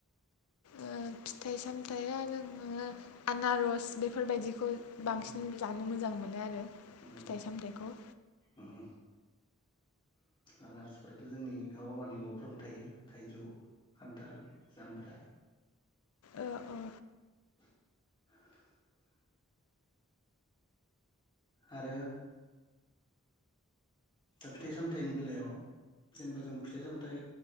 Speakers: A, on the left; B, on the left.
A: ओ फिथाइ सामथाइया आरो आनारस बेफोरबायदि। बेखौ
B: उम
A: बांसिन जानो मोजां मोनो। बिदिनो आरो।
B: उम
A: फिथाइ सामथाइखौ।
B: उम उम आनारसफोराथ' जोंनि गावबा गावनि न'फोरावनो थायो थाइजौ खान्थाल जामब्रा
A: औ औ।
B: <inaudible> आरो दा फिथाइ सामथाइनि बेलायाव जेनेबा जों फिथाइ सामथाइ